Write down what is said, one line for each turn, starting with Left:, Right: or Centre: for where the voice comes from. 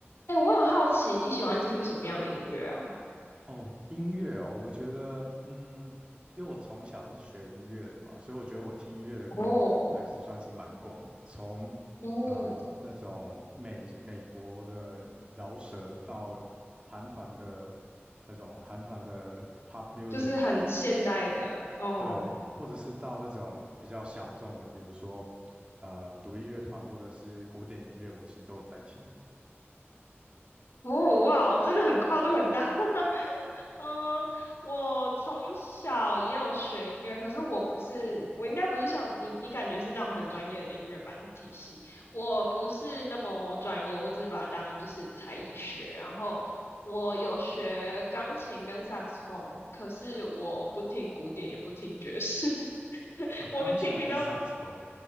Left: 哎，我很好奇你喜欢听什么样的音乐啊？
Right: 哦，音乐哦，我觉得，嗯，因为我从小是学音乐的嘛，所以我觉得我听音乐的光谱还是算是蛮广的，
Left: 哦
Right: 从，
Left: 哦，
Right: 呃，那种美美国的饶舌到韩团的那种韩团的 pop music，
Left: 就是很现代的哦
Right: 对，或者是到那种比较小众的，比如说，呃，独立乐团或者是古典音乐，我其实都有在听。
Left: 哦哇，真的很跨度很大。<laughs> 嗯，我从小也有学音乐，可是我不是，我应该不是像你，你感觉是那种很专业的音乐班体系，我不是那么专业，我只是把它当就是才艺学，然后。我有学钢琴跟萨克斯风，可是我不听古典，也不听爵士。<laughs>
Right: 哦，
Left: 我听比较
Right: 钢琴跟萨克斯风，